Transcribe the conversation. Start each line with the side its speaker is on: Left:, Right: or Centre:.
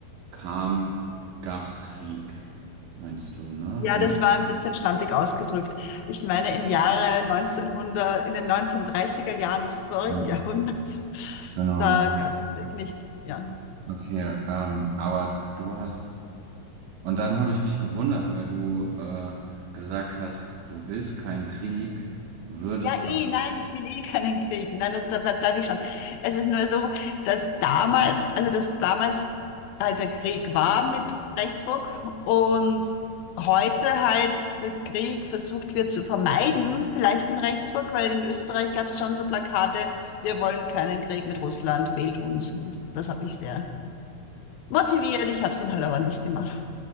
Right: kam, gab es Krieg, meinst du, ne?
Left: Ja,
Right: Und,
Left: das war ein bisschen schlampig ausgedrückt. Ich meine, im Jahre 1900, in den 1930er Jahren des vorigen
Right: ja,
Left: <laughs> Jahrhunderts,
Right: genau.
Left: da gab es Krieg nicht. Ja.
Right: Okay, ähm, aber du hast, und dann habe ich mich gewundert, weil du äh, gesagt hast, du willst keinen Krieg, würdest
Left: Ja, eh,
Right: aber,
Left: nein, ich will eh keinen Krieg. Nein, also dabei bleibe ich schon. Es ist nur so, dass damals, also dass damals halt der Krieg war mit Rechtsruck und heute halt der Krieg versucht wird zu vermeiden, vielleicht mit Rechtsruck, weil in Österreich gab es schon so Plakate, wir wollen keinen Krieg mit Russland, wählt uns. Und das hat mich sehr motiviert.
Right: okay,
Left: Ich habe es dann halt aber nicht gemacht,